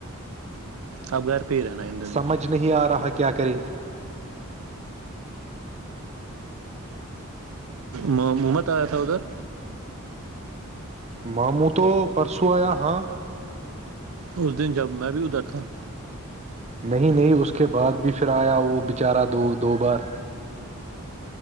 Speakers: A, on the right; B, on the right.
A: اب گھر پہ ہی رہنا ان دنوں
B: سمجھ نہیں آ رہا کہ کیا کرے
A: م محمت آیا تھا ادھر
B: ماموں تو پرسوں آیا ہاں
A: اس دن جب میں بھی ادر تھا
B: نہیں نہیں اس کے بعد بھی پھر آیا وہ بچارہ دو بار